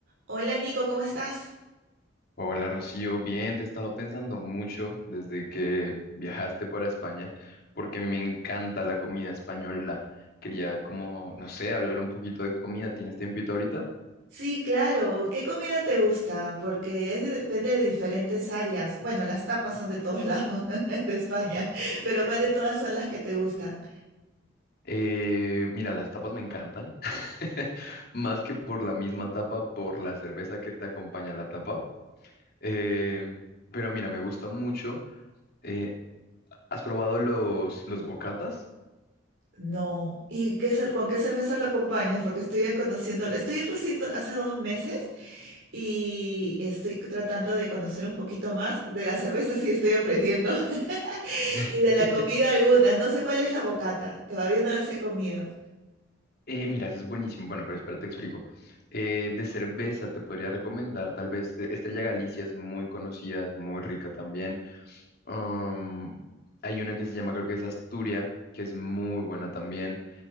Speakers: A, on the right; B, on the left.
A: Hola Nico, ¿cómo estás?
B: Hola Rocío, bien, te he estado pensando mucho desde que <laughs> viajaste para España, porque a mí me encanta la comida española. Quería como, no sé, hablar un poquito de comida. ¿Tienes tiempito ahorita?
A: Sí, claro. ¿Qué comida te gusta? Porque es de- depende de diferentes áreas. Bueno, las tapas son de todos lados <laughs> de España, pero ¿cuál de todas son las que te gustan?
B: Eh, mira, las tapas me encantan, <laughs> más que por la misma tapa, por la cerveza que te acompaña a la tapa. Eh, pero mira, me gusta mucho. eh, ¿has probado los, los bocatas?
A: No. ¿Y qué cer- con qué cerveza lo acompañas? Porque estoy conociendo, estoy recién hace dos meses y estoy tratando de conocer un poquito más de la cerveza, sí estoy aprendiendo, <laughs>
B: <laughs>
A: y de la comida algunas. No sé cuál es la bocata, todavía no las he comido.
B: Eh, mira, eso es buenísimo. Bueno, pero espera, te explico. Eh, de cerveza te podría recomendar, tal vez eh, Estrella Galicia es muy conocida, es muy rica también. Um, hay una que se llama, creo que es Asturia, que es muy buena también.